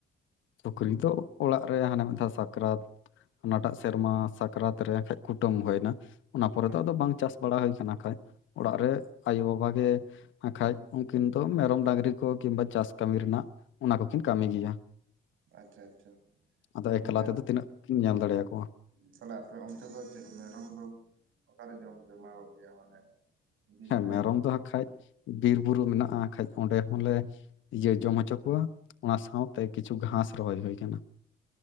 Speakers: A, on the left; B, on the right.
A: ᱥᱩᱠᱨᱤ ᱫᱚ ᱚᱲᱟᱜ ᱨᱮ ᱦᱟᱱᱮ ᱢᱤᱫ ᱫᱷᱟᱣ ᱥᱟᱠᱨᱟᱛ ᱦᱟᱱᱟᱴᱟᱜ ᱥᱮᱨᱢᱟ ᱥᱟᱠᱨᱟᱛ ᱨᱮ ᱮᱱᱠᱷᱟᱡ ᱠᱩᱴᱟᱹᱢ ᱦᱳᱭᱱᱟ᱾ ᱚᱱᱟ ᱯᱚᱨᱮ
B: ᱦᱩᱸ
A: ᱫᱚ ᱟᱫᱚ ᱵᱟᱝ ᱪᱟᱥ ᱵᱟᱲᱟ ᱦᱩᱭ ᱠᱟᱱᱟ ᱠᱷᱟᱡ, ᱚᱲᱟᱜ ᱨᱮ ᱟᱭᱳᱼᱵᱟᱵᱟ ᱜᱮ ᱟᱠᱷᱟᱡ ᱩᱱᱠᱤᱱ ᱫᱚ ᱢᱮᱨᱚᱢ ᱰᱟᱝᱨᱤ ᱠᱚ ᱠᱤᱢᱵᱟ ᱪᱟᱥ ᱠᱟᱹᱢᱤ ᱨᱮᱱᱟᱜ ᱚᱱᱟ ᱠᱚᱠᱤᱱ ᱠᱟᱹᱢᱤ ᱜᱮᱭᱟ᱾
B: ᱟᱪᱪᱷᱟ ᱟᱪᱪᱷᱟ
A: ᱟᱫᱚ
B: ᱛᱚᱵᱮ
A: ᱮᱠᱷᱞᱟ ᱛᱮᱫᱚ ᱛᱤᱱᱟᱹᱜ ᱠᱤᱱ ᱧᱮᱞ ᱫᱟᱲᱮᱭᱟ ᱠᱚᱣᱟ᱾
B: ᱛᱟᱦᱚᱞᱮ ᱟᱯᱮ ᱚᱱᱛᱮ ᱫᱚ ᱪᱮᱫ ᱢᱮᱨᱚᱢ ᱫᱚ ᱚᱠᱟᱨᱮ ᱡᱚᱢ ᱯᱮ ᱮᱢᱟ ᱠᱚ ᱜᱮᱭᱟ ᱢᱟᱱᱮ ᱵᱤᱨ
A: ᱦᱮᱸ
B: ᱨᱮ
A: ᱢᱮᱨᱚᱢ ᱫᱚ ᱦᱟᱸᱜ ᱠᱷᱟᱡ ᱵᱤᱨᱼᱵᱩᱨᱩ ᱢᱮᱱᱟᱜᱼᱟ ᱟᱠᱷᱟᱡ ᱚᱸᱰᱮ ᱦᱚᱸᱞᱮ ᱤᱭᱟᱹ ᱡᱚᱢ ᱦᱚᱪᱚ ᱠᱚᱣᱟ, ᱚᱱᱟ ᱥᱟᱶᱛᱮ ᱠᱤᱪᱷᱩ ᱜᱷᱟᱸᱥ ᱨᱚᱦᱚᱭ ᱦᱩᱭ ᱟᱠᱟᱱᱟ᱾